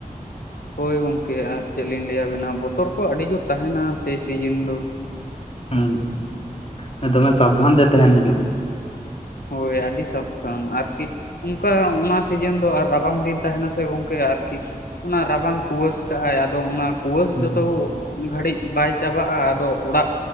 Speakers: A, on the left; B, on the left.
A: ᱦᱳᱭ ᱜᱚᱝᱠᱮ ᱟᱨ ᱪᱮᱫ ᱞᱤᱧ ᱞᱟᱹᱭᱟᱵᱮᱱᱟ ᱵᱚᱛᱚᱨ ᱠᱚ ᱟᱹᱰᱤ ᱡᱳᱨ ᱛᱟᱦᱮᱱᱟ ᱥᱮᱭ ᱥᱤᱡᱤᱱ ᱫᱚ ᱾
B: ᱦᱩᱸ ᱦᱩᱸ, ᱫᱚᱢᱮ ᱥᱟᱵᱫᱷᱟᱱ ᱛᱮ ᱛᱟᱦᱮᱱ ᱦᱩᱭᱩᱜᱼᱟ ᱾
A: ᱦᱳᱭ, ᱟᱹᱰᱤ ᱥᱟᱵᱫᱷᱟᱱ ᱟᱨᱠᱤ ᱚᱱᱠᱟ ᱚᱱᱟ ᱥᱤᱡᱮᱱ ᱫᱚ ᱟᱨ ᱨᱟᱵᱟᱝ ᱫᱤᱱ ᱛᱟᱦᱮᱱᱟ ᱥᱮ ᱜᱚᱝᱠᱮ ᱟᱨᱠᱤ ᱚᱱᱟ ᱨᱟᱵᱟᱝ ᱠᱩᱣᱟᱹᱥ ᱠᱟᱜᱼ ᱟᱭ ᱟᱫᱚ ᱚᱱᱟ ᱠᱩᱣᱟᱹᱥ
B: ᱦᱩᱸ
A: ᱡᱚᱛᱚ ᱜᱷᱟᱹᱲᱤᱡ ᱵᱟᱭ ᱪᱟᱵᱟᱜᱼᱟ ᱾ ᱟᱫᱚ ᱚᱲᱟᱜ